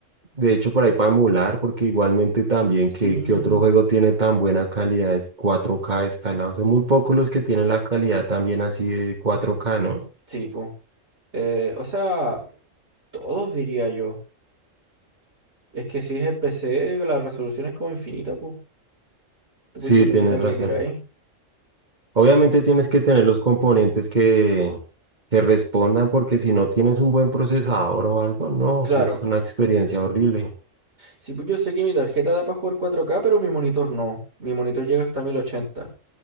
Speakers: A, on the right (about 35°); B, on the right (about 55°).
A: De hecho, por ahí para emular, porque igualmente también
B: Sí,
A: que, que otro juego tiene tan buena calidad, es cuatro k escalado. Son muy pocos los que tienen la calidad también así de cuatro k ¿no?
B: sí, pues. eh, o sea, todos diría yo. Es que si es el PC, la resolución es como infinita, pues. Tú
A: Sí,
B: puedes poner
A: tienes
B: la que
A: razón.
B: queráis.
A: Obviamente tienes que tener los componentes que, que respondan, porque si no tienes un buen procesador o algo, no,
B: Claro.
A: eso es una experiencia horrible.
B: Sí, pues yo sé que mi tarjeta da para jugar 4K, pero mi monitor no. Mi monitor llega hasta 1080.